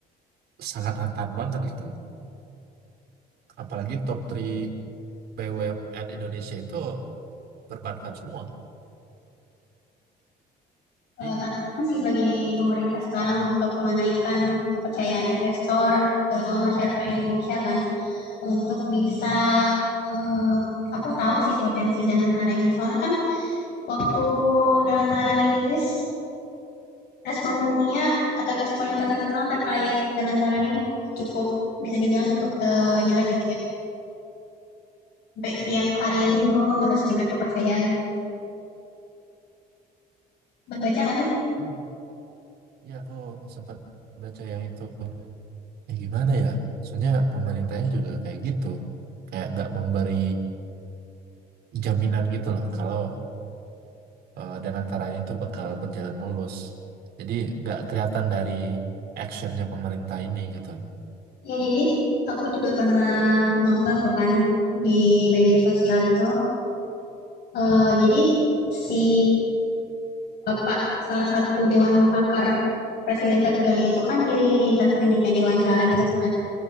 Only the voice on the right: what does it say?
sangat rentan banget gitu loh. Apalagi top 3 BUMN Indonesia itu perbankan semua.
Jadi
sekali
itu
eh,
eh,
eh. ya aku sempat baca yang itu ya gimana ya? Soalnya pemerintahnya juga kayak gitu. Kayak nggak memberi jaminan gitu loh kalau eh, dan antaranya itu bakal berjalan mulus. Jadi nggak kelihatan dari actionnya pemerintah ini gitu.